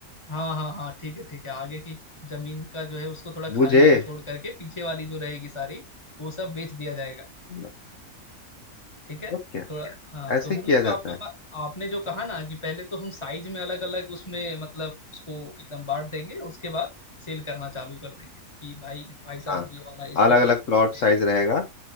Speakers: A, on the left (about 20°); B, on the left (about 55°).
A: हाँ हाँ हाँ ठीक है ठीक है आगे की जमीन का जो है उसको थोड़ा खाली
B: बुझे
A: अभी छोड़ करके पीछे वाली जो रहेगी सारी वो सब बेच दिया जाएगा
B: मतलब
A: ठीक है
B: क्या
A: थोड़ा हाँ
B: ऐसे
A: तो वही
B: ही किया
A: जो
B: जाता
A: आपने
B: है
A: बा- आपने जो कहा ना कि पहले तो हम साइज में अलग अलग उसमें मतलब उसको एकदम बांट देंगे उसके बाद सेल करना चालू कर देंगे कि भाई भाई साहब
B: हाँ
A: ये वाला इसका
B: अलग
A: कॉस्ट
B: अलग प्लॉट
A: है
B: साइज
A: इतना।
B: रहेगा